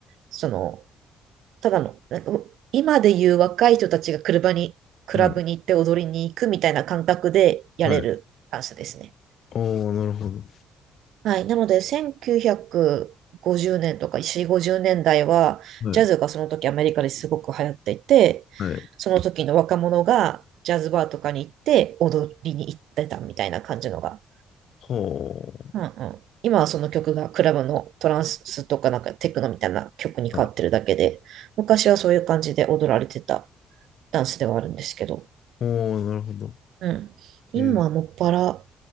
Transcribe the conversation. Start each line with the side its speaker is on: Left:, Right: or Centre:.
Right: その、ただの、なんかう今でいう若い人たちが車に、クラブに行って踊りに行くみたいな感覚でやれるダンスですね。
Left: はい。はい。おあ、なるほど。
Right: はい。なので、1950年とか4、50年代は、
Left: はい。
Right: ジャズがその時アメリカですごく流行っていて、
Left: はい。
Right: その時の若者がジャズバーとかに行って踊りに行ってたみたいな感じのが
Left: ほ
Right: うんうん。今はその曲がクラブのトランスとかなんかテクノみたいな曲に変わってるだけで、
Left: う。はい。
Right: 昔はそういう感じで踊られてたダンスではあるんですけど、
Left: おう、なるほど。
Right: うん。今はもっぱら
Left: えー、